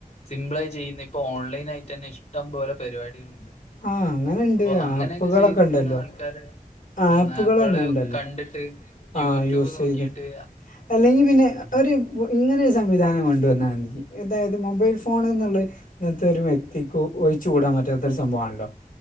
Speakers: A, on the left; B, on the left.
A: സിമ്പിളായി ചെയ്യുന്ന ഇപ്പൊ ഓൺലൈനായിട്ടന്നെ ഇഷ്ടം പോലെ പരിപാടികളുണ്ട്
B: ആഹ് അങ്ങനണ്ട്
A: അപ്പൊ അങ്ങനെയൊക്കെ
B: ആപ്പുകളൊക്കെണ്ടല്ലോ
A: ചെയ്തിരുന്ന ആൾക്കാര് ഉം
B: ആപ്പുകളെന്നെണ്ടല്ലോ
A: ആപ്പള് കണ്ടിട്ട്
B: ആഹ്
A: യൂട്യൂബ്
B: യൂസെയ്ത്
A: നോക്കിട്ട്
B: അല്ലെങ്കി പിന്നെ
A: ഉം
B: ഒരു ഇപ്പോ ഇങ്ങനെ ഒരു സംവിധാനം കൊണ്ടുവന്നാതി അതായത് മൊബൈൽ ഫോണ്ന്ന്ള്ള ഇന്നത്തെ ഒരു വ്യക്തിക്കും ഒഴിച്ച് കൂടാൻപറ്റാത്ത സംഭവമാണല്ലോ